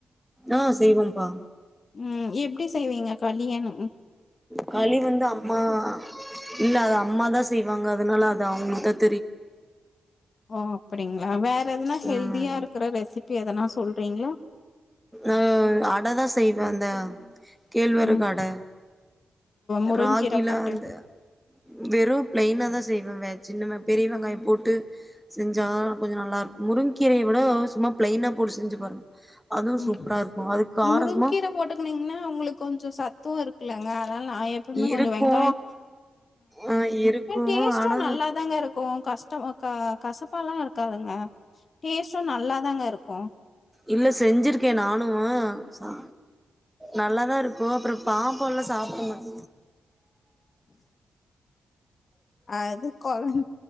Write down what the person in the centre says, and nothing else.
ஆ செய்வம்ப்பா
களி வந்து அம்மா இல்ல அத அம்மாதா செய் வாங்க அதனால அத அவங்கள்க்குதா
ம்
ஆ அட தா செய்வே அந்த கேழ்வரகு
அட
ராகில
அந்த வெறும் ப்லேயின்னாதா செய்வே வெ சின்ன பெரிய வெங்காயம் போட்டு செஞ்சா கொஞ்ச நல்லா இருக்கும் முருங்கீரய விட சும்மா ப்லேயினா போட்டு செஞ்சு பாருங்க அதுவு
சூப்பரா இருக்கு அது காரசமா
இருக்கு
ஆ இருக்கு
ஆனா
இல்ல செஞ்சிருக்க நானு ச நல்லாதா இருக்கு அப்ரோ பாப்பாலா சாப்ட மா <inaudible>